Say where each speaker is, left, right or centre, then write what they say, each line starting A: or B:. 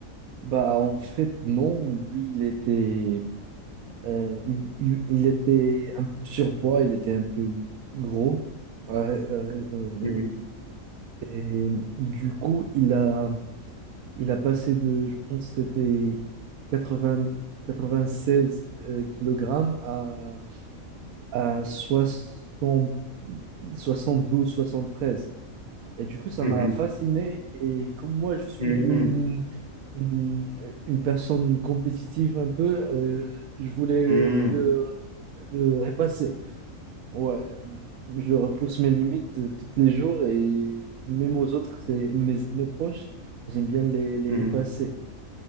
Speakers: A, on the right (about 85°); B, on the right (about 30°).
A: Bah en fait non, lui il était, euh, il, il était un peu surpoids, il était un peu gros. Euh, euh, euh,
B: Mhm,
A: Et du coup il a Il a passé de, je pense, que c'était 80, 96 euh, kilogrammes à, à soixante soixante douze soixante treize Et du coup, ça
B: mhm,
A: m'a fasciné. Et comme moi, je suis
B: mhm,
A: une, une, une personne compétitive un peu, euh, je voulais euh,
B: mhm,
A: le, le repasser. Ouais, je repousse mes limites euh, tous les jours et même aux autres, c'est mes, mes proches, j'aime bien les, les
B: mhm.
A: repasser.